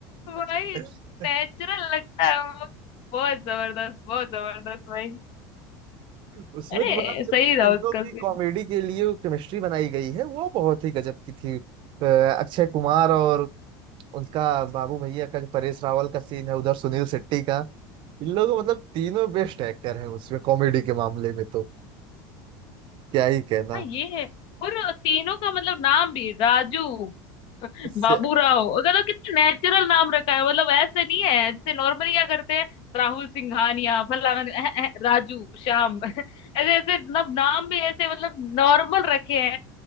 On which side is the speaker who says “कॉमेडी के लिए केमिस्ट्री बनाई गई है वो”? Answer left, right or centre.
Right